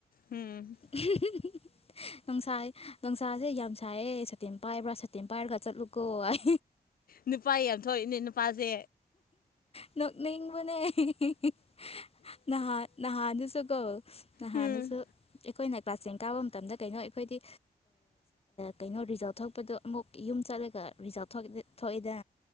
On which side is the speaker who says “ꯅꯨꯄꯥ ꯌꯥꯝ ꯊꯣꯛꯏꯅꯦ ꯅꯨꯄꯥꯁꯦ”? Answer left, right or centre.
Left